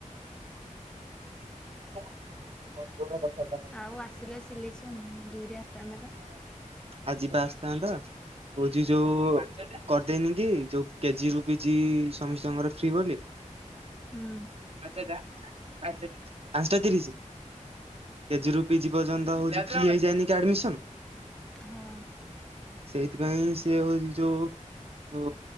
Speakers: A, on the right; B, in the centre.
A: <unintelligible> ବନ୍ଧରେ କଥାବାର୍ତ୍ତା <unintelligible>
B: ଆଉ ଆସିଲା ସିଲେକ୍ସନ ଦୁଇରେ ଆସିଥାନ୍ତା ପା।
A: ଆଜି ପା ଆସିଥାନ୍ତା ହୋଉଚି ଯୋଉ କରିଦେଇନି କି ଯଉ କେଜି ରୁ କେଜି ସମସ୍ତଙ୍କର ଫ୍ରି ବୋଲି।
B: ହୁଁ।
A: ଆଛା ଜା ପାଞ୍ଚ ପାଞ୍ଚଟା ତିରିସି। କେଜି ରୁ ପିଜି ପର୍ଯ୍ୟନ୍ତ ହଉଛିଫ୍ରି ହେଇଯାଇନି କି ଆଡମିସନ।
B: ହଁ
A: ସେଇଥିପାଇଁ ସେ ହଉଛି ଯଉ ଉ